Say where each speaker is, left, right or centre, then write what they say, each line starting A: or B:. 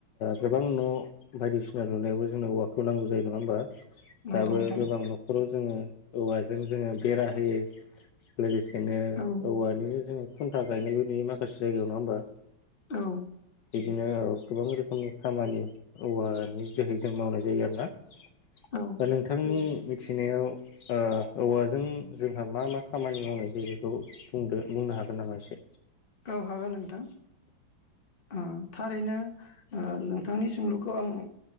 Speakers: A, on the left; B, on the left.
A: गोबां न' बायदिसिना लुनायावबो जोंनो औवाखौ नांगौ जायो नङा होमबा?
B: नंगौ
A: दाबो
B: नोंथां
A: गोबां न'खराव जोङो औवाजों जोंङो बेरा होयो लोगोसेनो
B: औ
A: औवानिनो जोङो खुन्था गायनायबो नुयो माखासे जायगायाव नङा होमबा?
B: औ
A: बिदिनो औ गोबां रोखोमनि खामानि औवानि जोहै जों मावनाय जायो आरोना ।
B: औ
A: दा नोंथांनि थिनायाव ओ औवाजों जोंहा मा मा खामानि मावनाय जायो बेखौ बुंदों बुंनो हागो गोन नामा एसे
B: औ हागोन नोंथां ओ थारैनो ओ नोंथांनि सोंलु खो आं